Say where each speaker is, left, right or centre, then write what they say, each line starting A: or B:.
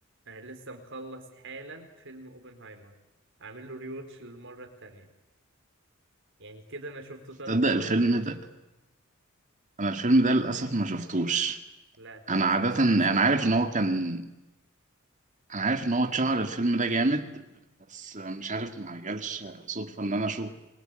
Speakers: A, on the right (about 65°); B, on the right (about 35°).
A: انا لسه مخلص حالا فيلم اوبنهايمر عامل له ريوتش للمره التانية يعني كده انا شفته ثلاث
B: تصدق
A: مرات
B: الفيلم ده انا الفيلم ده للاسف ما شفتوش
A: لا انت
B: انا
A: لازم
B: عاده
A: تشوفه
B: انا
A: بصراحه
B: عارف ان هو كان انا عارف ان هو اتشهر الفيلم ده جامد بس مش عارف ما جالش صدفه ان انا اشوفه